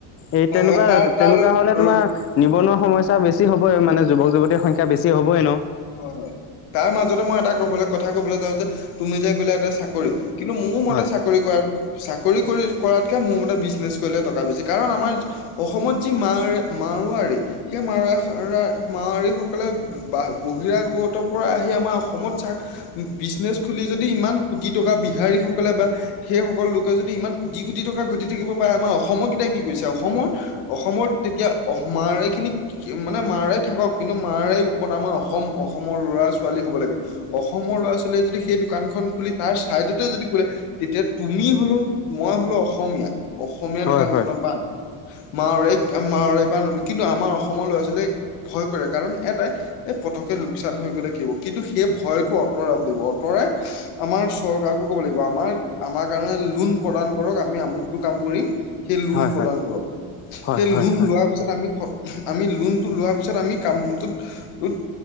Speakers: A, on the left; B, on the left.
A: এই
B: হয়
A: তেনেকুৱা
B: হয় তাৰ তাৰ
A: তেনেকুৱা হ'লে তোমাৰ- নিবনুৱা সমস্যা বেছি হ'বই মানে যুৱক-যুৱতীৰ সংখ্যা বেছি হ'বই ন'।
B: হয় হয় তাৰ মাজতে মই এটা কবলে কথা ক'বলৈ যাওঁ যে তুমি যে কলা এটা চাকৰি। কিন্তু মোৰ মতে
A: হয়
B: চাক ৰি কৰা, চাকৰি কৰি কৰাতকে মোৰ মতে বিজনেছ কৰিলে টকা বেছি। কাৰণ আমাৰ- অসমত যি মা-মাৰোৱাৰী- সেই মা-মাৰোৱাৰী সকলে বা- বহিৰা গতৰ পৰা আহি আমাৰ অসমত চা বিজনেছ খুলি যদি ইমান কোটি টকা বিহাৰীসকলে বা সেই সকল লোকে যদি ইমান কোটি কোটি টকা ঘটি থাকিব পাৰে আমাৰ অসমৰ কেইটাই কি কৈছে অসমৰ অসমত তেতিয়া আহ মাৰাই খিনি মানে মাৰই থাকক কিন্তু মাৰাইৰ ওপৰত আমাৰ অ - অসম অসমৰ ল'ৰা ছোৱালী হ'ব লাগে। অসমৰ ল'ৰা ছোৱালীয়ে যদি সেই দোকান খন খুলি তাৰ ছাইডতে যদি খোলে। তেতিয়া তুমি হলেও মই হলো অসমীয়া অসমীয়া
A: হয়
B: দোকান
A: হয়
B: খনৰ পৰা আনি মাৰে মাৰেপ নানো কিন্তু আমাৰ অসমৰ ল'ৰা ছোৱালীয়ে ভয় কৰে কাৰণ এটা এই পটককে লোকচান হৈ গ'লে কি হ'ব কিন্তু সেই ভয়তটো আঁতৰাব লাগিব আঁতৰাই আমাৰ চৰকাৰকো ক'ব লাগিব আমাৰ আমাৰ কাৰণে লোন প্ৰদান কৰক আমি আমুকটো কাম কৰিম সেই লোন
A: হয়
B: প্ৰদান
A: হয়
B: কৰক
A: হয়
B: সেই
A: হয়
B: লোন
A: হয়
B: লোৱা পিছত আমি আমি লোনতটো লোৱাৰ পিছত আমি কামটোত উম